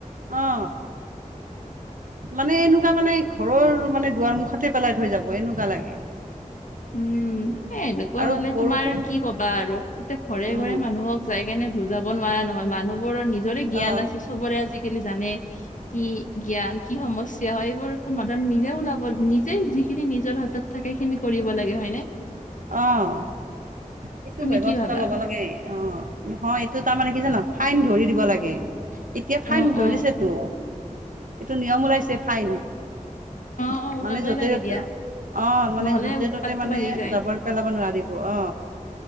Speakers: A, on the right; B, on the left.
A: অ মানে এনেকুৱা মানে ঘৰৰ মানে দুৱাৰ মুখতে পেলাই থৈ যাব এনেকুৱা লাগে
B: উম এ এনেকুৱা
A: আৰু
B: হলে
A: বৰষুণ
B: তোমাৰ কি কবা আৰু এতিয়া ঘৰে
A: উম,
B: ঘৰে মানুহক যাই কেনে বুজাব নোৱাৰা নহয় মানুহবোৰৰ নিজৰে জ্ঞান
A: অ'।
B: আছে চবৰে আজিকালি জানে কি জ্ঞান কি সমস্য এইবোৰ সমাধান নিজে ওলাব নিজে যিখিনি নিজৰ হাতত তাকে খিনি কৰিব লাগে হয় নে
A: অঁ সেইটো
B: তুমি
A: ব্যৱস্থা
B: কি ভাবা?
A: ল'ব লাগে অ হয় এইটো তাৰমানে কি জান ফাইন ধৰি দিব লাগে এতিয়া
B: অ
A: ফাইন
B: অ
A: ধৰিছেতো এইটো নিয়ম ওলাইছে ফাইন
B: অ অ ওলাবই
A: মানে য'তে
B: লাগে
A: ত'তে
B: দিয়া
A: অ মানে
B: নহলে
A: য'তে
B: উৎপাতটো
A: ত'তে মানে
B: বাঢ়ি যায়
A: জাবৰ পেলাব নোৱাৰিব অ